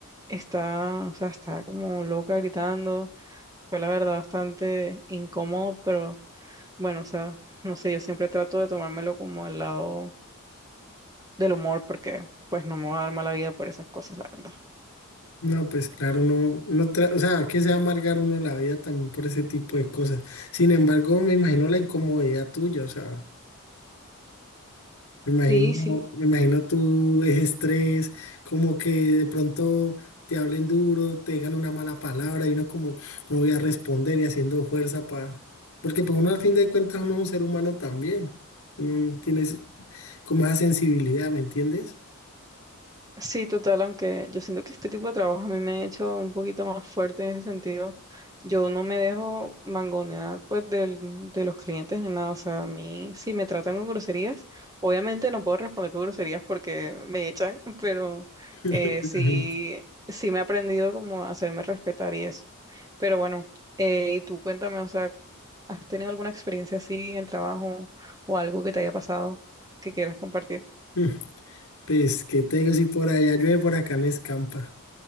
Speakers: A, on the right; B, on the left.
A: está, o sea, está como loca gritando. Fue la verdad bastante incómodo, pero bueno, o sea, no sé, yo siempre trato de tomármelo como al lado del humor porque pues no me voy a dar mala vida por esas cosas, la verdad.
B: No, pues claro, no, no tra- o sea, que se va a amargar uno la vida también por ese tipo de cosas. Sin embargo, me imagino la incomodidad tuya, o sea. Me
A: Sí,
B: imagino,
A: sí,
B: me imagino tú es estrés, como que de pronto te hablen duro, te digan una mala palabra y uno como no voy a responder y haciendo fuerza para... Porque pues uno al fin de cuentas uno es un ser humano también. Uno tiene es- como esa sensibilidad, ¿me entiendes?
A: Sí, total, aunque yo siento que este tipo de trabajo a mí me ha hecho un poquito más fuerte en ese sentido. Yo no me dejo mangonear pues del- de los clientes ni nada. O sea, a mí si me tratan con groserías, obviamente no puedo responder con groserías porque me echan, <laughs> pero
B: <laughs>
A: eh,
B: Obviamente.
A: sí, sí me he aprendido como a hacerme respetar y eso. Pero bueno, eh, y tú cuéntame, o sea, ¿has tenido alguna experiencia así en trabajo o algo que te haya pasado que quieras compartir?
B: Mm, Pues qué te digo, si por allá llueve, por acá no escampa.